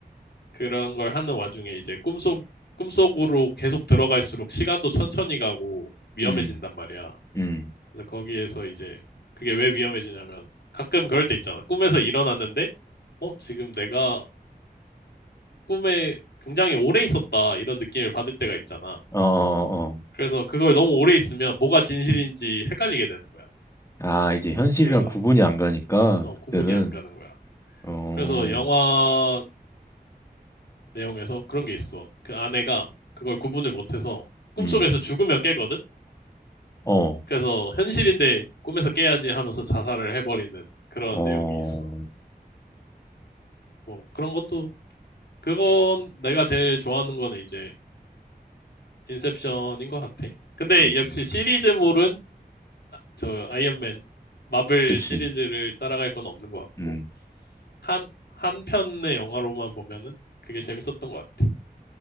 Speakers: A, on the left; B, on the left.
A: 그런 걸 하는 와중에 이제 꿈속, 꿈속으로 계속 들어갈수록 시간도 천천히 가고 위험해진단
B: 음,
A: 말이야.
B: 음.
A: 그래서 거기에서 이제 그게 왜 위험해지냐면 가끔 그럴 때 있잖아. 꿈에서 일어났는데, 어, 지금 내가 꿈에 굉장히 오래 있었다 이런 느낌을 받을 때가 있잖아.
B: 어, 어, 어.
A: 그래서 그걸 너무 오래 있으면 뭐가 진실인지 헷갈리게 되는 거야.
B: 아, 이제 현실이랑
A: 그래서
B: 구분이 안 가니까,
A: 어,
B: 그때는,
A: 구분이 안 가는 거야.
B: 어,
A: 그래서 영화 내용에서 그런 게 있어. 그 아내가 그걸 구분을 못해서 꿈속에서
B: 음,
A: 죽으면 깨거든?
B: 어,
A: 그래서 현실인데 꿈에서 깨야지 하면서 자살을 해버리는 그런
B: 어,
A: 내용이 있어. 뭐 그런 것도 그건 내가 제일 좋아하는 거는 이제 인셉션인 것 같아. 근데
B: 음,
A: 역시 시리즈물은 저 아이언맨 마블
B: 그치.
A: 시리즈를 따라갈 건 없는 것 같고
B: 음.
A: 한 한 편의 영화로만 보면은 그게 재밌었던 것 같아.